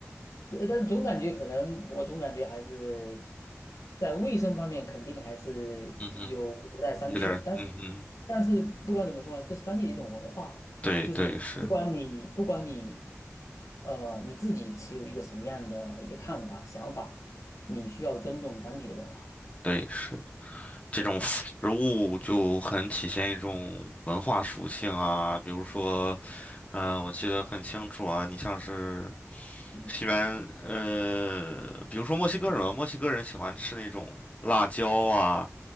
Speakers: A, on the left; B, on the left.
A: 呃但是总感觉可能我总感觉还是在卫生方面肯定还是有待商榷，
B: 嗯哼，有点儿，
A: 但是
B: 嗯哼，
A: 但是不管怎么说呢，这是当地的一种文化，
B: 对对是，
A: 就是不管你不管你呃你自己持有一个什么样的一个看法想法，你需要尊重当地的文化。
B: 对是，这种食物就很体现一种文化属性啊，
A: 对。
B: 比如说，呃，我记得很清楚啊，你像是
A: 嗯。
B: 西班，呃，比如说墨西哥人，墨西哥人喜欢吃那种辣椒啊。